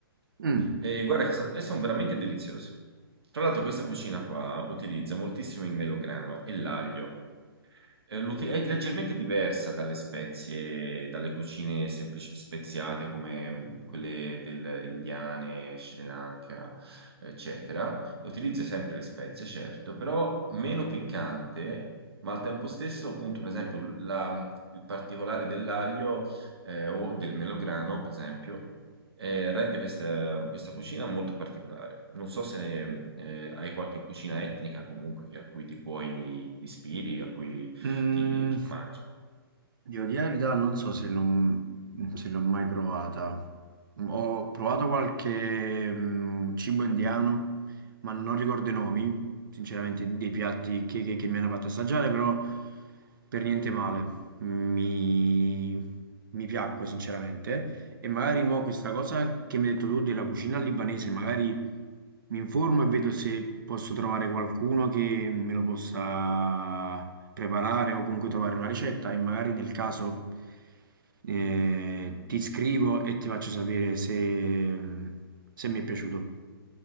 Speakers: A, on the right; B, on the right.
A: Mm,
B: E guarda che sa- e sono veramente deliziosi. Tra l'altro questa cucina qua utilizza moltissimo il melograno e l'aglio. Eh, l'uti- È leggermente diversa dalle spezie, dalle cucine semplici speziate come mh, quelle del indiane, Sri Lanka, eccetera. Utilizza sempre le spezie, certo, però meno piccante, ma al tempo stesso, appunto, per esempio, la- il particolare dell'aglio eh, o del melograno, per esempio, eh, rende questa, questa cucina molto particolare. Non so se mm, eh, hai qualche cucina etnica comunque che- a cui ti puoi ti ispiri, a cui
A: mm.
B: ti, ti mangi.
A: Devo dire la verità, non so se l'ho se l'ho mai provata. Ho provato qualche mm, cibo indiano, ma non ricordo i nomi, sinceramente, dei piatti che, che- che mi hanno fatto assaggiare, però per niente male. Mi, mi piacque, sinceramente. E magari mo questa cosa che mi hai detto tu della cucina libanese, magari mi informo e vedo se posso trovare qualcuno che me lo possa preparare o comunque trovare una ricetta e magari nel caso eh, ti scrivo e ti faccio sapere se, se mi è piaciuto.